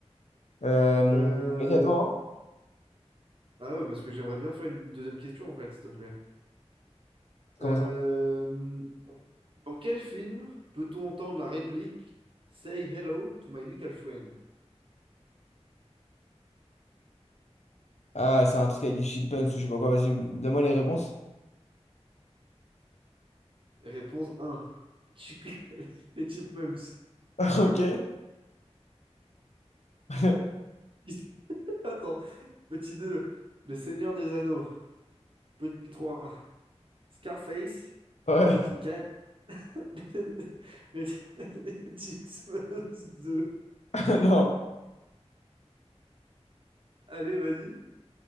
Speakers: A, on the left; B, on the right.
A: Euh,
B: Euh...
A: vas-y, à toi, hein.
B: Ah ouais, parce que j'aimerais bien faire une deuxième question en fait, s'il te plaît.
A: Comment
B: Euh... Dans quel film peut-on entendre la réplique Say hello to my little friend?
A: Ah, c'est un truc avec des chipmunks ou je sais pas quoi. Vas-y, donne-moi les réponses.
B: Réponse un: Chick- <laughs> Les Chipmunks.
A: <laughs> Ok. <laughs>
B: <laughs> Attends. Petit 2: Le Seigneur des Anneaux. Petit 3: Scarface.
A: Ouais.
B: Petit 4: <laughs> Les, les Chipmunks 2.
A: <laughs> Non.
B: Allez, vas-y.